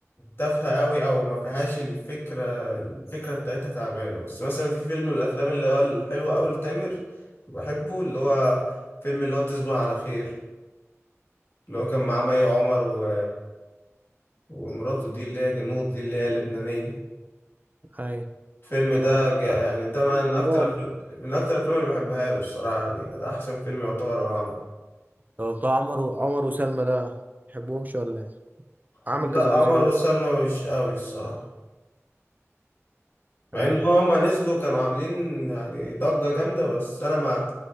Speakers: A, on the left; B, on the right.
A: تافهة قوي او ما فيهاش الفكرة الفكرة بتاعتها تعبانة بس مثلا في فيلم من الافلام اللي هو الحلوة قوي لتامر بحبه اللي هو فيلم اللي هو تصبح على خير اللي هو كان معاه مي عمر و... ومراته دي اللي هي نور دي اللي هي اللبنانية
B: أي
A: الفيلم ده
B: و-
A: جا- يعني ده
B: والله
A: من اكتر أفلام... من اكتر الافلام اللي بحبها له الصراحة يعني ده احسن فيلم يعتبر هو عمل
B: طب بتاع عمر و- عمر وسلمى ده بتحبهمش ولا إيه؟ عمل
A: لا
B: كذا جزء
A: عمر
B: دي
A: وسلمى مش قوي الصراحة مع
B: أي
A: ان هما نزلوا كانوا عاملين يعني ضجة جامدة بس انا ما